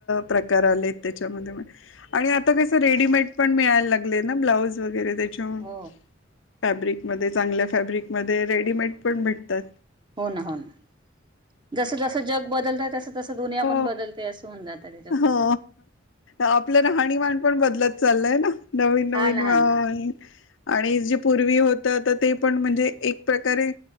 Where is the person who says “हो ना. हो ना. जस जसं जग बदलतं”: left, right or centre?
Right